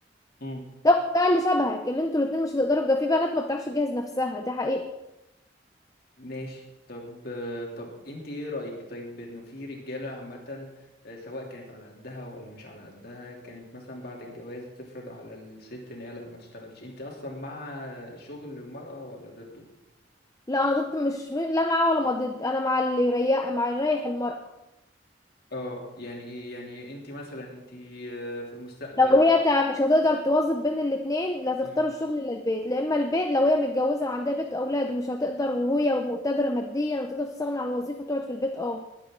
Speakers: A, on the left; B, on the left.
A: امم
B: تاخد بقى اللي شبهك اللي انتوا الاتنين مش هتقدروا تجا- في بنات ما بتعرفش تجهز نفسها ده حقيقة
A: ماشي طب آه، طب انت ايه رأيك طيب انه في رجالة عامة آه، سواء كانت على قدها ولا مش على قدها كانت مثلا بعد الجواز تفرض على الست ان هي لا ما تشتغلش انت اصلا مع شغل المرأة ولا ضده
B: لا انا ضد مش م- لا معاه ولا ما ضد انا مع اللي يريح مع اللي يريح المرأة
A: اه يعني ايه يعني انت مثلا انت آه، في المستقبل
B: لو هي تع- مش هتقدر توظف بين الاتنين لا تختار
A: مم.
B: الشغل لا البيت لا اما البيت لو هي متجوزه وعندها بيت واولاد ومش هتقدر وهي مقتدره ماديا وتقدر تستغنى عن الوظيفه تقعد في البيت اه